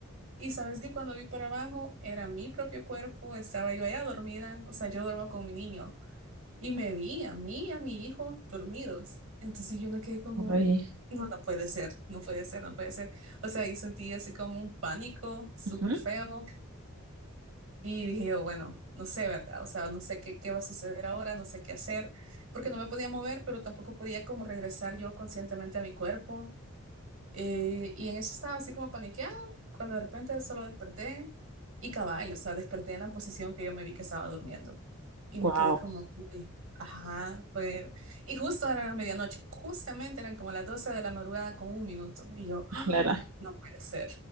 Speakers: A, on the right; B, on the right.
A: Y sabes que cuando vi para abajo era mi propio cuerpo, estaba yo allá dormida, o sea, yo duermo con mi niño. Y me vi a mí y a mi hijo dormidos. Entonces yo me quedé como,
B: uy,
A: no, no puede ser, no puede ser, no puede ser. O sea, yo sentí así como un pánico súper
B: ujú.
A: feo. Y dije yo, bueno, no sé, ¿verdad? O sea, no sé qué, qué va a suceder ahora, no sé qué hacer, porque no me podía mover, pero tampoco podía como regresar yo conscientemente a mi cuerpo. Eh, y en eso estaba así como paniqueado, cuando de repente solo desperté y cabal, o sea, desperté en la posición que yo me vi que estaba durmiendo. Y
B: Guau,
A: me quedé como, uy, ajá, fue... Y justo era la medianoche, justamente eran como las 12 de la madrugada con un minuto. Y yo, ¡ah!
B: la
A: no puede ser,